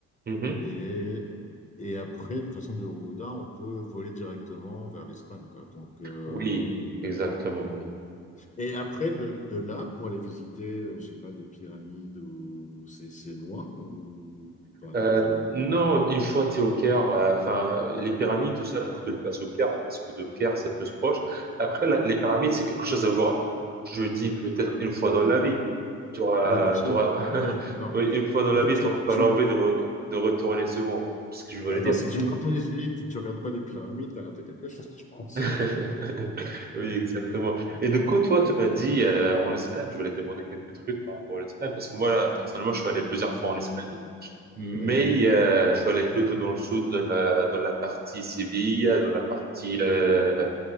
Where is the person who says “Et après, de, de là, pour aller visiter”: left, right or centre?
Left